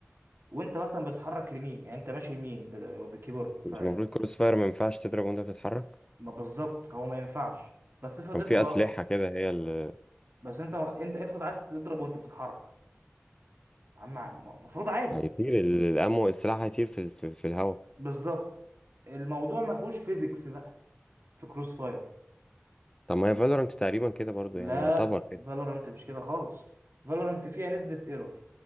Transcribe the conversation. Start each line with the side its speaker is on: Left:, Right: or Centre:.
Right: وانت مثلا بتتحرك لمين يعني انت ماشي يمين بال- بالكيبورد
Left: مش
Right: فما
Left: المفروض كروس فاير ما ينفعش تضرب وانت بتتحرك
Right: بالظبط هو ما ينفعش بس افرض
Left: كان
Right: انت
Left: في
Right: ضربت
Left: اسلحه كده هي اللي
Right: بس انت انت افرض عايز تضرب وانت بتتحرك عم المفروض عادي
Left: هيطير ال- الامو السلاح هيطير في ال- في, في الهواء
Right: بالظبط الموضوع ما فيهوش فيزيكس بقى في كروس فاير
Left: طب ما هي فالورانت تقريبا كده برضو
Right: لا
Left: يعني يعتبر كده
Right: فالورانت مش كده خالص فالورانت فيها نسبة ايرور